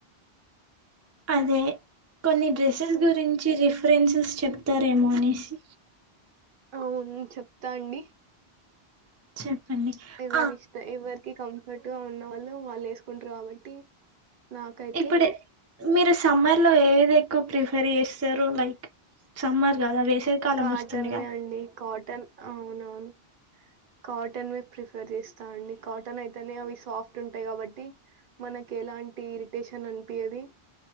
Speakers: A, on the right; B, on the right.
A: అదే కొన్ని డ్రెస్సెస్
B: హ్మ్.
A: గురించి రిఫ్ ఫ్రెండ్సెస్ చెప్తారేమో అనేసి
B: అవును చెప్తా అండి
A: చెప్పండి
B: ఎవరి
A: ఆ
B: ఇష్ట ఎవరికి కంఫర్ట్ గా ఉన్న వాళ్ళు వాళ్ళు ఏసు కుంటారు కాబట్టి నాకైతే
A: ఇప్పుడే మీరు సమ్మర్ లో ఏది ఎక్కువ ప్రిఫెర్ చేస్తారు లైక్ సమ్మర్ కదా వేసవి కాలం
B: కాటన్
A: వస్తుంది కదా
B: వి అండి కాటన్ అవునవును కాటన్ వే ప్రిఫర్ చేస్తా అండి కాటన్ అయితేనే అవి సాఫ్ట్ ఉంటాయి కాబట్టి మనకి ఎలాంటి ఇరిటేషన్ అనిపియ్యది